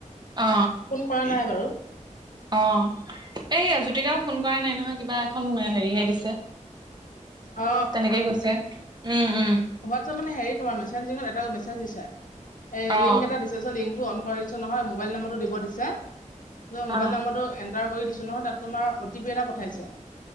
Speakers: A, on the right; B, on the left.
A: অ
B: ফোন কৰা নাই বাৰু।
A: অ' এইয়া জ্যোতিকা ও ফোন কৰা নাই নহয়, কিবা এখন হেৰিহে দিছে।
B: অ
A: তেনেকেই গৈছে, উম' উম'।
B: এইটো মানে হেৰি তোমাৰ মেছেজিংত এটা মেছেজ দিছে, এ
A: অ
B: লিংক এটা দিছে। তাৰপাছত লিংক টো অন কৰি দিছোঁ নহয়, মোবাইল নম্বৰটো দিব দিছে, মোবাইল
A: অ
B: নম্বৰটো এণ্টাৰ কৰি দিছোঁ নহয় তাত। তোমাৰ অ' টি পি এটা পঠাইছে,